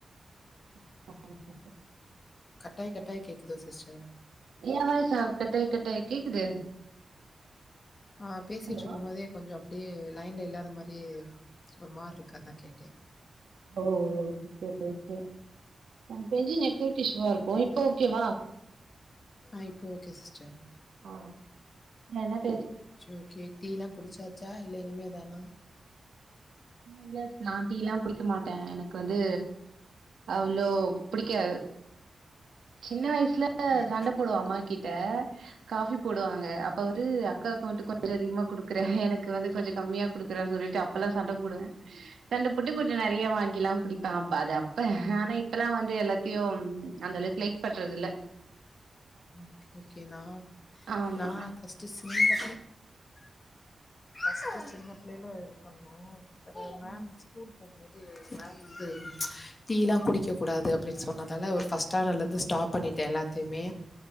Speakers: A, on the right; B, on the left.
A: <unintelligible>
B: கட்டாய் கட்டாய் கேக்குதோ சிஸ்டர்
A: ஏ வாய்ஸ்சா கட்டாய் கட்டாய் கேக்குது
B: ஆ பேசிட்டுருக்கு
A: ஹலோ
B: போதே கொஞ்சோ ப்பிடியே லைன்ல இல்லாத மாரியே ஒரு மார் இருக்கு அதா கேட்டே
A: ஓ ஓகே ஓகே எனக்கு தெரிஞ்சி நெ கேட் இஷுவா இருக்கு இப்ப ஓகே வா <inaudible>
B: ஆ இப்ப ஓகே சிஸ்டர்
A: ஆ என்னப்
B: செ ஓகே டீ எல்லா குடிச்சாச்சா இல்ல இனிமே தானா
A: இல்ல நா டீல்லா குடிக்கமாட்டே எனக்கு வந்து அவ்ளோ புடிக்காது சின்ன வயசு ட்ல
B: எனக்கு
A: சண்ட போடுவ அம்மா கிட் ட காஃபி போடுவாங்க அப்ப அவுரு க்க வந்துட்டு கொஞ்ச அதிகமா குடுக்குறே எனக்கு வந்து கொஞ்ச கம்மியா குடுக்குறேன் சொல்லிட்டு அப்பெல்லா சண்ட போடுவே சண்ட போட்டு கொஞ்ச நெறைய வாங்கில்லா குடிப்பே அப்ப அது அப்ப ஆனா இப்பெல்லா வந்து எல்லாத்தையு அந்த அளவுக்கு லைக் பண்றதில்ல
B: ம் ஓகே ஓகே நா
A: ஆமா.
B: நா பஸ்டு சொ நீங்க பஸ்ட் சின்ன பிள்ளைல இது பண்ணு அது மேம்
A: ம்.
B: ஸ்கூல் அது வந்து மேம் வந்து டீல்லா
A: ஆ.
B: குடிக்க கூடாது அப் அப்பிடின் சொன்னதால ஒரு ஃபஸ்டு ஸ்டண்டலேந்து ஸ்டாப் பண்ணிடே எல்லாத்தையுமே